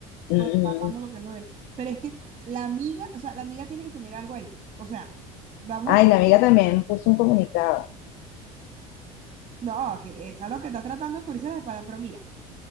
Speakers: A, on the left; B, on the right.
A: Mm,
B: por
A: mm.
B: estar hablando
A: mm.
B: lo que no era. Pero es que la amiga, o sea, la amiga tiene que tener algo ahí. O sea, vamos
A: Ay,
B: a.
A: la amiga también puso un comunicado.
B: No, que esa es lo que está tratando de cubrirse la espalda, pero mira,